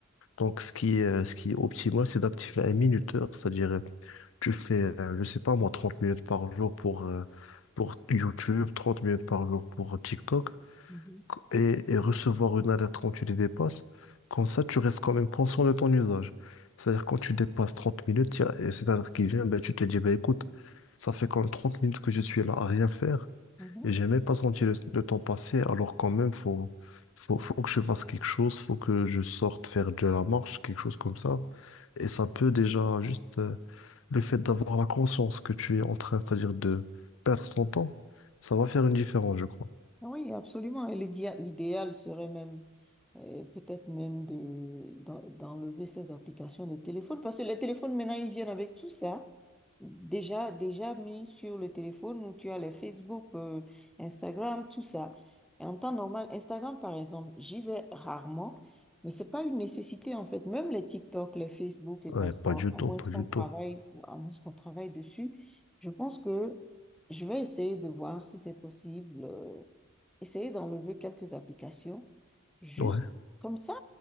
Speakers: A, on the left (about 65°); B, in the centre.
A: Donc, ce qui est, ce qui est optimal, c'est d'activer un minuteur. C'est-à-dire, euh, tu fais, euh, je sais pas moi, 30 minutes par jour pour, euh, pour YouTube, 30 minutes par jour pour TikTok.
B: Mhm,
A: et, et recevoir une alerte quand tu les dépasses. Comme ça, tu restes quand même conscient de ton usage. C'est-à-dire, quand tu dépasses 30 minutes, il y a et cette alerte qui vient, ben, tu te dis, ben, écoute, ça fait quand même 30 minutes que je suis là à rien faire
B: mhm.
A: et j'ai même pas senti le, le temps passer. Alors, quand même, faut, faut, faut que je fasse quelque chose, faut que je sorte faire de la marche, quelque chose comme ça. Et ça peut déjà, juste euh, le fait d'avoir la conscience que tu es en train, c'est-à-dire de perdre ton temps, ça va faire une différence, je crois.
B: Ah Oui, absolument. Et l'idéal l'idéal serait même euh, peut-être même de, d'en- d'enlever ces applications de téléphone, parce que les téléphones, maintenant, ils viennent avec tout ça. Déjà, déjà mis sur le téléphone où tu as les Facebook, euh, Instagram, tout ça. Et en temps normal, Instagram, par exemple, j'y vais rarement, mais c'est pas une nécessité, en fait. Même les TikTok, les Facebook, et
A: Ouais,
B: qu'on soit,
A: pas du
B: à
A: tout,
B: moins
A: pas du
B: qu'on travaille,
A: tout.
B: ou à moins qu'on travaille dessus, je pense que je vais essayer de voir si c'est possible, euh, essayer d'enlever quelques applications. Juste
A: Ouais.
B: comme ça,